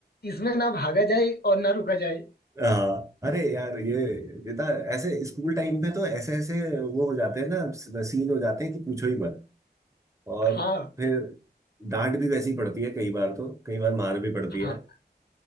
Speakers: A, on the left; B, on the right.
A: इसमें ना भागा जाए और ना रुका जाए
B: हाँ अरे यार ये ये था ऐसे स्कूल टाइम पे तो ऐसे ऐसे वो हो जाते हैं ना सीन हो जाते हैं कि पूछो ही मत और
A: हाँ
B: फिर डांट भी वैसी पड़ती है कई बार तो कई बार मार भी पड़ती है
A: हाँ